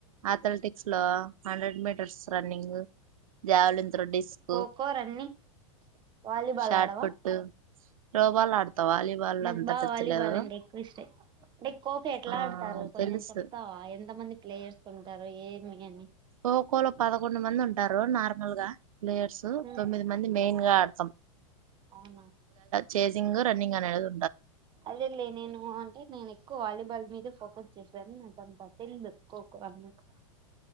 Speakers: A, on the right (about 80°); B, on the right (about 25°).
A: అథ్లెటిక్స్ లో హండ్రెడ్ మీటర్స్ రన్నింగ్ దేవలింత డిస్క్
B: ఖోఖో రన్నింగ్ గ్ వాలీబాల్
A: షార్ట్
B: ఆడవా
A: పుట్ త్రోబాల్ ఆడతా వాలీబాల్
B: నాకు
A: అంత
B: బాగా
A: టచ్
B: వాలీబాల్
A: లేదు
B: అంటే ఎక్కువ ఇష్టం, అంటే ఖోఖో ఎట్లా
A: ఆ
B: ఆడతారు
A: తెలుసు
B: కొంచెం చెప్తావా ఎంత మంది ప్లేయర్స్ ఉంటారు ఏ అగానే
A: కోకో లో పదకొండు మంది ఉంటారు నార్మల్గా ప్లేయర్స్
B: ఉమ్
A: తొమ్మిది మంది మెయిన్ గార్డ్ స
B: అవునా
A: చేసింగ్ రన్నింగ్ అనినేదు
B: అదే లే నేను అంటే నేను ఎక్కువ వాలీబాల్ మీదే ఫోకస్ చేశారు నాకు అంత అట్ంది ఖోఖో అన్నకు